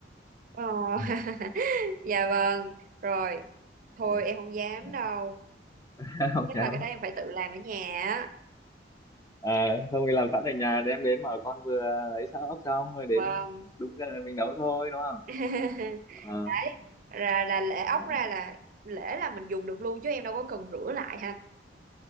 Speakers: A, on the right; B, on the left.
A: Ờ, <laughs>
B: ừ.
A: dạ vâng. Rồi. Thôi
B: Ừ.
A: em không dám
B: Đấy.
A: đâu.
B: <laughs> không
A: Chắc
B: dám
A: là cái đó
B: đâu.
A: em phải tự làm ở nhà á.
B: à, không thì làm sẵn ở nhà đem đến mà con vừa lấy xong ốc xong rồi đến
A: Vâng.
B: đúng giờ mình nấu thôi đúng không
A: <laughs>
B: Ờ,
A: Đấy. Là là lễ ốc
B: đấy.
A: ra là lễ là mình dùng được luôn chứ em đâu có cần rửa lại ha.